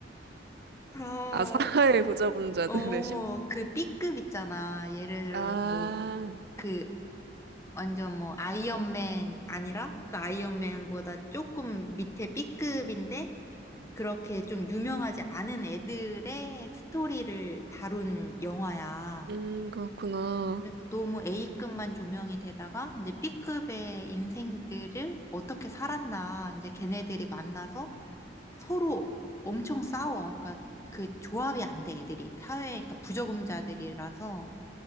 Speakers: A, on the left; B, on the right.
A: 다,
B: 아, 사회 부적응자들의
A: 어,
B: 심리.
A: 그 B급 있잖아. 예를 들어,
B: 아,
A: 뭐, 그 완전 뭐 아이언맨 아니라 그 아이언맨보다 조금 밑에 B급인데 그렇게 좀 유명하지 않은 애들의 스토리를 다룬 영화야.
B: 음, 그렇구나.
A: 그래서 너무 A급만 조명이 되다가 이제 B급의 인생들을 어떻게 살았나 이제 걔네들이 만나서 서로 엄청 싸워. 그러니까 그 조합이 안 돼, 애들이. 사회, 그러니까 부적응자들이라서